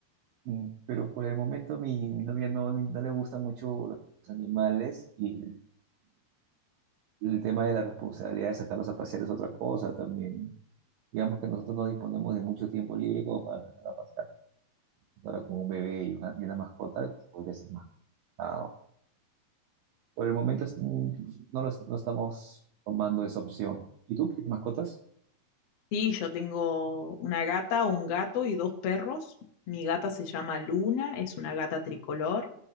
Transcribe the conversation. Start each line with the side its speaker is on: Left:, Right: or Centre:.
Right: Mm, Pero por el momento mi, mi novia no, no le gustan mucho los animales y, El tema de la responsabilidad de sacarlos a pasear es otra cosa también. Digamos que nosotros no disponemos de mucho tiempo libre como para sacar a pasear. Ahora con un bebé y una, y una mascota pues, podría ser más complicado. Por el momento es- mm, no, lo est- no estamos tomando esa opción. ¿Y tú, tienes mascotas?
Left: Sí, yo tengo una gata, un gato y dos perros. Mi gata se llama Luna, es una gata tricolor.